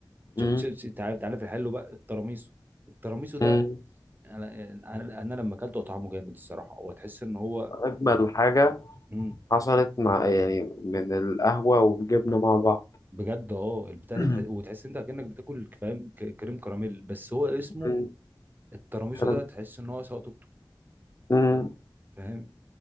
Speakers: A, on the right (about 25°); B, on the left (about 45°).
A: شوف
B: مم.
A: شوف شوف، تعالى تعالى في الحلو بقى التراميسو التراميسو ده
B: مم.
A: انا انا أنا لما اكلته طعمه جامد الصراحه هو تحس ان هو
B: أجمل حاجة
A: مم.
B: حصلت مع يعني من القهوة والجبنة مع بعض
A: بجد اه البتاع
B: <clears throat>
A: ده تح... وتحس انت كانك بتاكل فاهم ك- كريم كراميل بس هو اسمه
B: مم.
A: التراميسو
B: فاهم؟
A: ده تحس ان هو سواء توك
B: مم.
A: فاهم